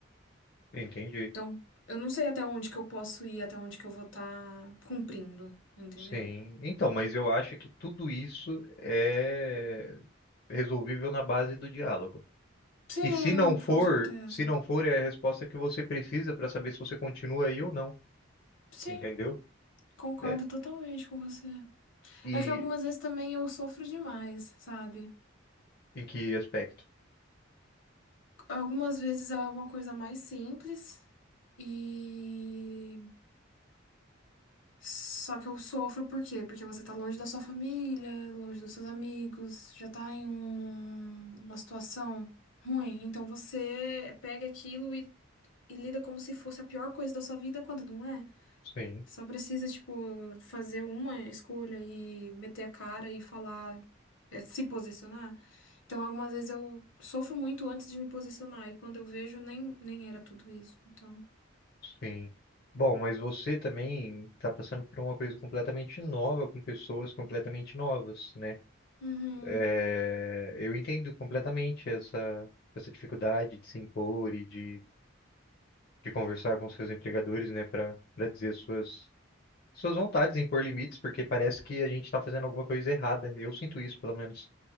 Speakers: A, on the left (about 50°); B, on the left (about 70°).
A: entendi.
B: Então, eu não sei até onde que eu posso ir, até onde que eu vou estar cumprindo, entendeu?
A: Sim. Então, mas eu acho que tudo isso é resolvível na base do diálogo.
B: Sim,
A: E se não for,
B: com certeza.
A: se não for, é a resposta que você precisa para saber se você continua aí ou não,
B: Sim,
A: entendeu?
B: concordo
A: É.
B: totalmente com você.
A: E
B: É que algumas vezes também eu sofro demais, sabe?
A: em que aspecto?
B: Algumas vezes é uma coisa mais simples e só que eu sofro por quê? Porque você tá longe da sua família, longe dos seus amigos, já tá em um- uma situação ruim. Então você pega aquilo e, e lida como se fosse a pior coisa da sua vida quando não é.
A: Sim.
B: Só precisa, tipo, fazer uma escolha e meter a cara e falar, é, se posicionar. Então, algumas vezes eu sofro muito antes de me posicionar, e quando eu vejo, nem, nem era tudo isso. Então.
A: Sim. Bom, mas você também está passando por uma coisa completamente nova, com pessoas completamente novas, né?
B: Uhum.
A: É, eu entendo completamente essa, essa dificuldade de se impor e de, de conversar com seus empregadores, né, para para dizer as suas, suas vontades, impor limites, porque parece que a gente está fazendo alguma coisa errada. Eu sinto isso, pelo menos.